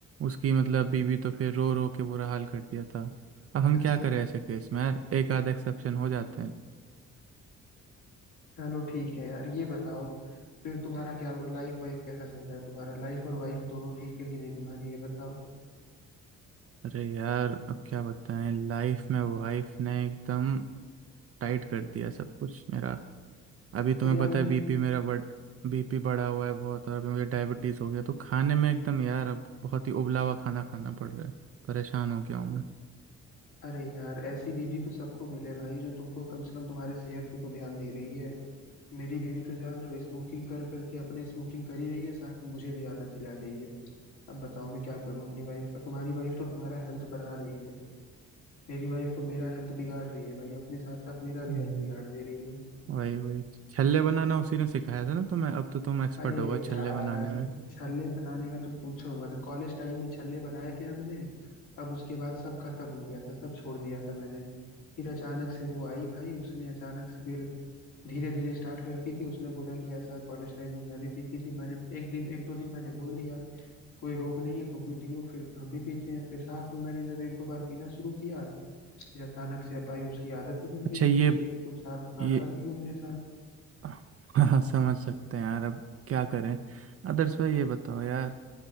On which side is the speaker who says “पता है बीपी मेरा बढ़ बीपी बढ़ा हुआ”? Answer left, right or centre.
Right